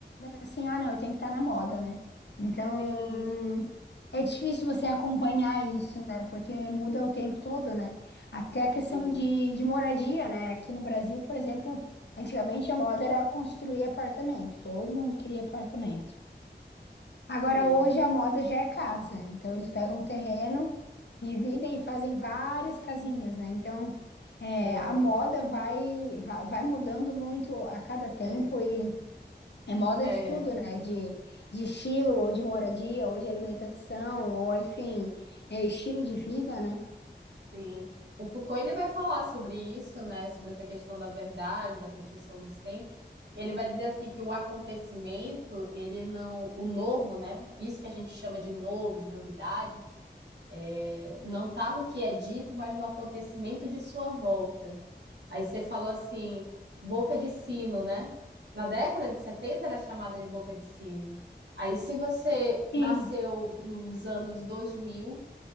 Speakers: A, on the left; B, on the right.
A: assim, ah, não, eu tenho que estar na moda, né? Então,
B: Sim,
A: é difícil você acompanhar isso, né? Porque muda o tempo todo, né? Até a questão
B: sim,
A: de, de moradia, né? Aqui no Brasil, por exemplo, antigamente a moda era construir apartamento. Todo mundo queria apartamento. Agora,
B: sim.
A: hoje a moda já é casa, então eles pegam um terreno, dividem e fazem várias casinhas, né? Então, é,
B: É,
A: a moda vai, vai, vai mudando muito a cada tempo
B: é,
A: e é moda
B: é,
A: de tudo, né? De, de estilo, ou de moradia, ou de alimentação, ou enfim, é estilo de vida, né?
B: sim. O Foucault ele vai falar sobre isso, né? Sobre essa questão da verdade, da construção dos tempos. E ele vai dizer assim que o acontecimento, ele não, o novo, né? Isso que a gente chama de novo, de novidade, é, não está no que é dito, mas no acontecimento de sua volta. Aí você falou assim, boca de sino, né? Na década de 70 era chamada de boca de sino. Aí se você
A: Sim.
B: nasceu nos anos 2000